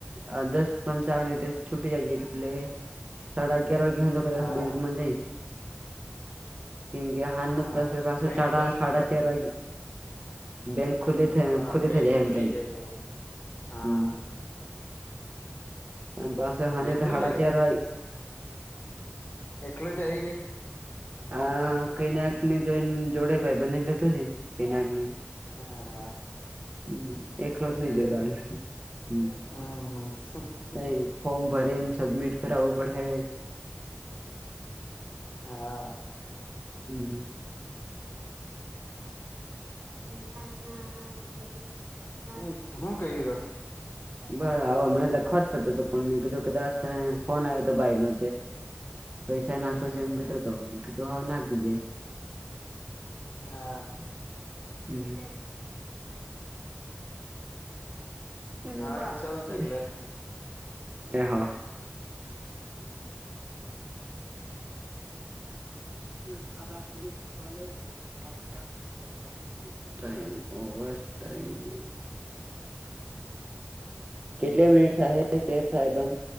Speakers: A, on the right; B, on the left.
A: અ દસ પંચાવને તો છૂટી જાય છે એટલે સાડા અગિયાર વાગે તો
B: હા
A: દશ મિનિટ મા જઇ. કેમ કે હાનના
B: હા
A: પાસા પાસું
B: બેંક
A: ચાડા
B: ખુલ્લી
A: સાડા ચાર વાગે બેંક ખુલ્લી થઇ
B: હા
A: ખુલ્લી
B: બેંક
A: થઈ જાય
B: ખુલ્લી
A: એમ
B: તે હા
A: હમ્મ. અને પાસો હાજે
B: એકલો
A: તો હાડા
B: જાય
A: ચાર આઈ.
B: એકલો જાય હે.
A: આ કૈનાક ને જોને જોડે ભાઈ બનેને લેતો જઈ કૈનાકને.
B: હા હા.
A: હ એકલો
B: લેતે
A: જ નહી જતા
B: જતે
A: હમ્મ.
B: હમ હમ
A: તઈ ફોર્મ ભરીન સબમિટ કરાવવું પડે હે.
B: હા.
A: હમ્મ. <unintelligible>
B: હ હું કહી રીહો.
A: બ આવો હમણાં લખવા જ જતો હતો પણ મેં કીધું કે ફોન આવ્યો હતો ભાઈ નો પૈસા નાખો સો એમ કેતો તો. મે કીધું હાવ નાખ તીજે.
B: હા.
A: હમ્મ. ઇ
B: હારું
A: બાકી.
B: ચાલ તાર લખ
A: એ હા. <unintelligible> Time over time. કેટલી મિનિટ થાય તેર થાય બંધ.